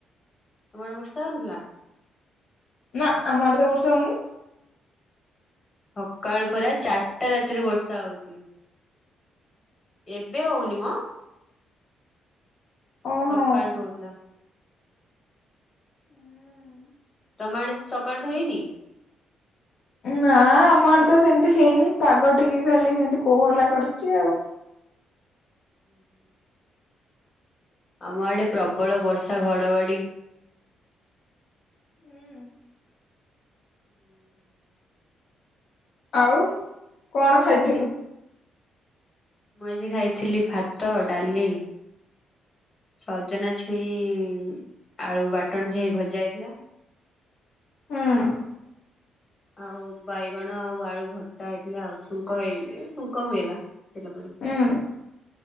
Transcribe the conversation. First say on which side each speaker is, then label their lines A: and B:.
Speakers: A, on the left; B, on the left.
A: ତମ ଆଡେ ବର୍ଷା ହେହୁନଥିଲା।
B: ନା ଆମ ଆଢେତ ବର୍ଷା ହୋଉନି।
A: ସକାଳୁ ପରା ଚାରିଟା ରାତିରୁ ବର୍ଷା ହଉଛି। ଏବେ ହଉନି ମ।
B: ଓହୋ।
A: ସକାଳଠୁ ହୋଉଥିଲା।
B: ହୁଁ।
A: ତମ ଆଡେ ସକାଳୁଠୁ ହେଇନି।
B: ନା ଆମ ଆଢେ ତ ସେମିତି ହେଇନି ପାଗ ଟିକେ ଖାଲି ସେମତି କୋହଲା କରିଛି ଆଉ।
A: ହୁଁ। ଆମ ଆଡେ ପ୍ରବଳ ବର୍ଷା ଘଡଘଡି।
B: ହୁଁ।
A: ହୁଁ।
B: ଆଉ କଣ ଖାଇଥିଲୁ।
A: ମୁଁ ଆଜି ଖାଇଥିଲି ଭାତ ଡାଲି ସଜନା ଛୁଁଇ ଛୁଁଇ ଆଳୁ ବାଟଣ ଦିଆହେଇ ଭଜା ହେଇଥିଲା।
B: ହଁ।
A: ଆଉ ବାଇଗଣ ଆଉ ଆଳୁ ଭର୍ତ୍ତା ହେଇଥିଲା ଆଉ ଛୁଙ୍କହେଇ ଛୁଙ୍କ ହୁଏବା। ତେଲପଢିକି।
B: ହୁଁ।